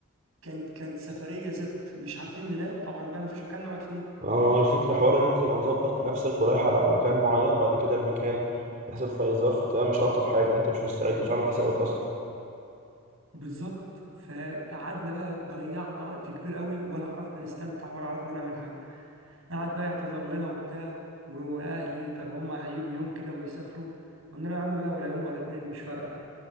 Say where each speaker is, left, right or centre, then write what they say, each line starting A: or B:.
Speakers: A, on the right; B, on the right.
A: كانت كانت سفريه زفت مش عارفين ننام طبعا بقى ما فيش مكان نقعد فيه
B: اه ما هو الفكره حوار ان انت تبقى مظبط نفسك ورايح على مكان معين بعد كده المكان يحصل في اي ظرف بتبقى مش الطف حاجه ان انت مش مستعد مش عامل حسابك اصلا
A: بالظبط فقعدنا بقى ضيعنا وقت كبير قوي ولا عرفنا نستمتع ولا عرفنا نعمل حاجه قعد بقى يعتذر لنا وبتاع و- واهلي طب هم هيجوا يوم كده ويسافروا قلنا له يا عم بقى ولا يوم ولا اتنين مش فارقه